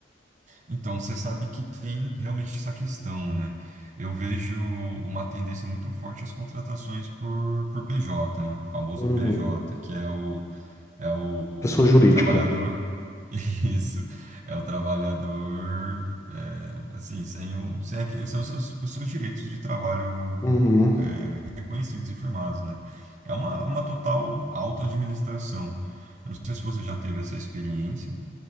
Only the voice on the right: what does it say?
Então, você sabe que tem realmente essa questão, né? Eu vejo uma tendência muito forte às contratações por, por PJ, né? O famoso
PJ, que é o, é o,
o, trabalhador. <laughs> Isso, é o trabalhador, é, assim, sem, o, sem, aque- sem os seus, os seus direitos de trabalho
é, reconhecidos e firmados, né? É uma, uma total auto-administração. Eu Não sei se você já teve essa experiência.